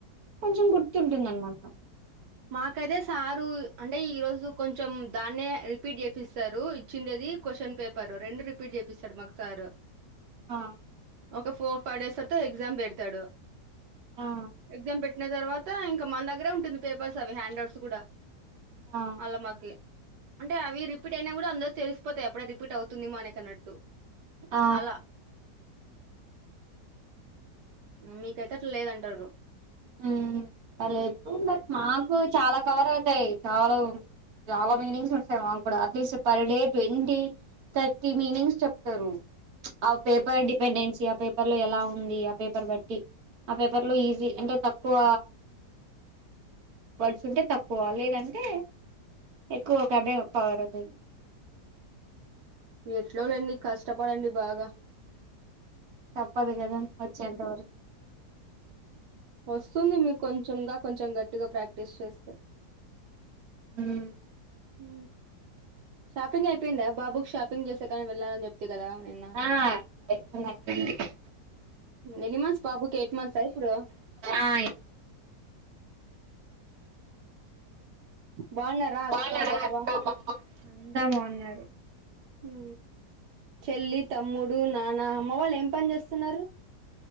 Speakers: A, on the right; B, on the right.
A: కొంచెం గుర్తుంటుంద అనమాట
B: మాకైతే సారు అంటే ఈరోజు కొంచెం దాన్నే రిపీట్ చేపిస్తారు ఇచ్చిండేది క్వశ్చన్ పేపర్ రెండు రిపీట్ చేపిస్తాడు మాకు సారు
A: హా
B: ఒక ఫోర్ ఫైవ్ డేస్ తర్వాత ఎగ్జామ్ పెడతాడు.
A: ఆ
B: ఎగ్జామ్ పెట్టు ట్టిన తర్వాత ఇంకా మన దగ్గరే ఉంటుంది పేపర్స్ అవి హ్యాండ్ అవుట్స్ కూడా.
A: ఆ
B: అలమకి అంటే అవి రిపీట్ అయినా కూడా అందరు తెలిసిపోతాయి అప్పుడె రిపీట్ అవుతుంది మనకు అన్నట్టు.
A: ఆ
B: అలా మీకైతే అట్లా లేదంటారు
A: ఊ పర్లేదు మరి మాకు చాలా కవర్ అవుతాయి చాలా చాలా మీనింగ్స్ వస్తాయి మాకు కూడా at least per day twenty thirty meanings చెప్తారు. ఆ పేపర్ డిపెండెన్సీ ఆ పేపర్ లో ఎలా ఉంది ఆ పేపర్ బట్టి ఆ పేపర్ లో ఈజీ అంటే తక్కువ వర్డ్స్ ఉంటే తక్కువ లేదంటే ఎక్కువ కబే కవర్ అవుతుంది.
B: ఎట్లోలెండి కష్టపడండి బాగా
A: తప్పదు కదా వచ్చేంత వరకు
B: వస్తుంది మీకు కొంచంగా కొంచెం గట్టిగా ప్రాక్టీస్ చేస్తే
A: హ్మ్
B: హూ షాపింగ్ అయిపోయిందా బాబుకి షాపింగ్ చేసే కాని వెళ్ళానని చెప్తే జరా నిన్న
A: ఆ అయిపోయిందండి
B: ఎన్ని మంత్స్ బాబుకి ఇప్పుడు ఎయిట్ మంత్స్ ఆ ఇప్పుడు
A: ఆ
B: బాగున్నారా
A: అంతా
B: బావ
A: బాగున్నారు
B: ఊ చెల్లి తమ్ముడు నాన్న అమ్మ వాళ్ళు ఏం పని చేస్తున్నారు.